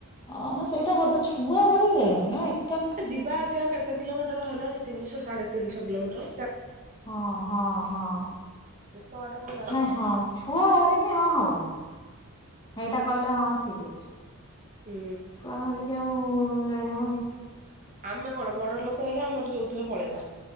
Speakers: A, on the left; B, on the right.
A: ହଁ ନା ସେଇଟା ସତ ଛୁଆ ଧରିିକି ଯାଇ ହବନି ନାଇ
B: ଆରେ ଯିବା ଆସିବା କେତେ କିଲୋମିଟର ହେଲାଣି ତିନିଶହ ସାଢେ ତିନିଶହ କିଲୋମଟର।
A: ହଁ ହଁ ହଁ।
B: ଏତେ ବାଟ କଣ ଯାଇ
A: ନାଇ
B: ହବ।
A: ହଁ ଛୁଆ ଧରିକି ହଁ ହବନି ଏଇଟା କହିଲେ ହଁ ଠିକ ଅଛି
B: ହୁଁ।
A: ଛୁଆ ଧରିକି ଆଉ ଯାଇହବ କି
B: ଆମେ କଣ ବଡ ଲୋକ ହେଲେ ଆମର ଯୋଉଥିରେ ପଳେଇବା।